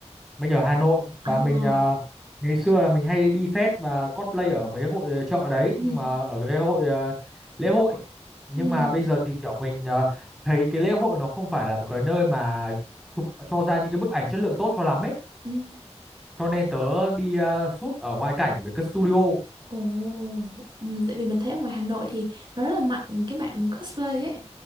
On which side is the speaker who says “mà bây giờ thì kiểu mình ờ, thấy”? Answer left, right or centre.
Centre